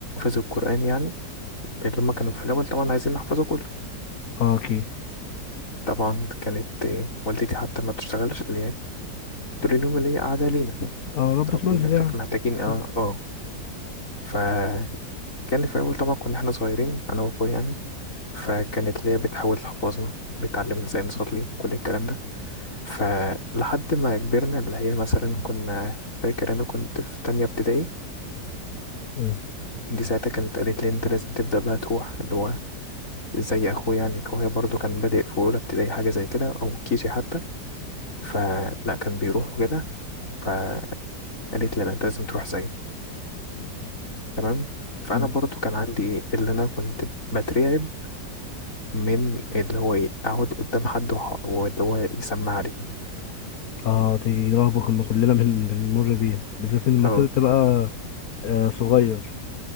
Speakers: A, on the left; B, on the left.
A: القرآن يعني اللي هما كانوا في الاول طبعا عايزين نحفظه كله
B: اه اوكي
A: طبعا كانت إيه، والدتي حتى ما بتشتغلش اللي هي تقول لهم اللي هي قاعدة لينا
B: اه ربة
A: ربينا
B: منزل يعني
A: شوف محتاجين اه
B: اه
A: اه فكان في الاول طبعا كنا احنا صغيرين انا واخويا يعني فكانت ليا بتحاول تحفظنا بتعلمنا ازاي نصلي كل الكلام ده فلحد ما كبرنا اللي هي مثلا كنا فاكر انا كنت في تانية ابتدائي
B: مم.
A: دي ساعتها كانت قالت لي انت لازم تبدأ بقى تروح اللي هو زي اخويا يعني هو برضو كان بادئ في اولى ابتدائي حاجة زي كده او كيجي حتى فلا كان بيروح وكده فقالت لي لا انت لازم تروح زيي تمام فانا
B: مم.
A: برضو كان عندي ايه اللي انا كنت بترعب من اللي هو ايه اقعد قدام حد وح- واللي هو يسمع لي
B: آه، دي رهبه كنا كلنا بن- بنمر بيها بالذات لما
A: اه
B: تبقى تبقى، آه، صغير